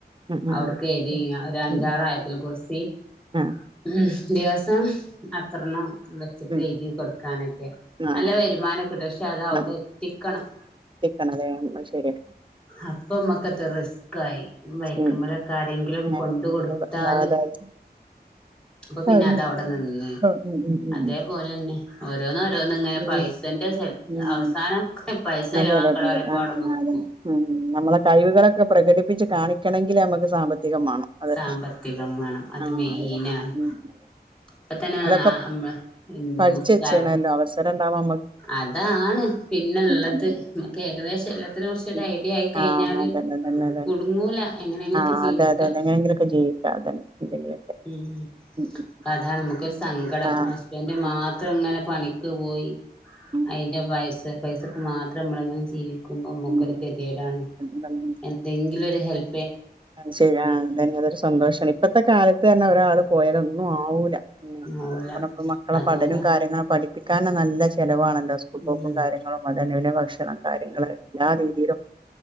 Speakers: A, on the right; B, in the centre.
A: ഉം ഉം
B: അവിടക്ക് എഴുതി
A: ഉം
B: ഒരഞ്ചാറായത്തില്
A: ഉം
B: കുറ്സി
A: ആഹ്
B: ഉം ഒര് ദിവസം അത്രണ്ണം വെച്ചിട്ട്
A: ഉം
B: എഴുതി കൊടുക്കാനൊക്കെ നല്ല
A: ആഹ്
B: വരുമാനം കിട്ടും പക്ഷേ പക്ഷെ അത് അവിടെ
A: ആഹ്
B: എത്തിക്കണം
A: എത്തിക്കണല്ലേ അത് ശരിയാ
B: അപ്പൊമ്മക്കതൊരു റിസ്ക് ആയി ബൈക്കുമ്മലൊക്കെ
A: ഉം
B: ആരെങ്കിലുമൊക്കെ
A: ഉം ആഹ്
B: കൊണ്ട് കൊടുത്താല്
A: അതെ അതെ
B: അപ്പൊ പിന്നെ
A: അതെ
B: അതവിടെ
A: അതെ
B: നിന്ന്
A: ആഹ് ഉം ഉം ഉം
B: അതേപോലെന്നെ ഓരോന്നോരോ ണ് ഇങ്ങനെ
A: ഉം
B: പൈസന്റെ സൽ
A: ഉം
B: അവസാനം പൈസ ചെലവാക്കണം
A: അതെ അതെ അതെ അതെ
B: പറയുമ്പോ
A: ആഹ്
B: അവിടെ നിക്കും
A: അതന്നെ ഉം നമ്മളെ കഴിവുകളൊക്കെ പ്രകടിപ്പിച്ച് കാണിക്കണങ്കില് നമ്മക്ക് സാമ്പത്തികം മാണം അതെ
B: സാമ്പത്തികം വേണം അത്
A: ആഹ്
B: മെയിനാണ്
A: അതെ ഉം അതെ
B: ഇപ്പ തന്നെ
A: ന്നാലൊക്കെ
B: നമ്മള്
A: പഠിച്ച്
B: നിസ്കാരക്കും
A: വെച്ച്ണല്ലോ അവസരം ഇണ്ടാവാ
B: അതാണ് പിന്നെള്ളത്
A: അതന്നെ
B: നമ്മക്ക് ഏകദേശ എല്ല ത്തിനെ കുറിച്ച് ഒരു
A: ഉം
B: ഐഡിയ ആയി കഴിഞ്ഞാല്
A: ആഹ് അതന്നെ അതന്നെ അതന്നെ
B: കുടുങ്ങൂല എങ്ങനെങ്കിലൊക്കെ
A: ആഹ്
B: ജീവിക്കാ
A: അതെ അതെ അതെ എങ്ങനെങ്കിലൊക്കെ അതന്നെ എന്തെങ്കിലൊക്കെ
B: ഉം
A: ഉം ഉം
B: അതാണ് ഇമ്മക്ക് ഒരു സ് സങ്കടം
A: ആഹ്
B: ഹസ്ബൻഡ്
A: ആഹ്
B: മാത്രം ഇങ്ങനെ പണിക്ക് പോയി
A: ഉം
B: അതിന്റെ പൈസ പൈസക്ക് മാത്രം നമ്മളിങ്ങനെ ജീവിക്കുമ്പോ നമ്മുക്കൊരു
A: ഉം അതന്നെ
B: ഗതികേടാണ്
A: അതന്നെ
B: എന്തെങ്കിലും ഒരു ഹെല്പ്
A: അത് ശരിയാ ആ അതെന്നെ അതൊരു സന്തോഷാണ്. ഇപ്പത്തെ കാലത്ത് തന്നെ ഒരാള് പോയാല് ഒന്നും ആവൂല.
B: ആവൂല
A: അയിക്കുടപ്പ മക്കളെ
B: അതുകൊണ്ടാ
A: പഠനവും കാര്യങ്ങളും പഠിപ്പിക്കാനന്നെ നല്ല <unintelligible> ചെലവാണല്ലോ സ്കൂൾ
B: ഉം
A: പോക്കും കാര്യങ്ങളും അതന്നെ ഓലെ ഭക്ഷണം കാര്യങ്ങള് എല്ലാ രീതിയിലും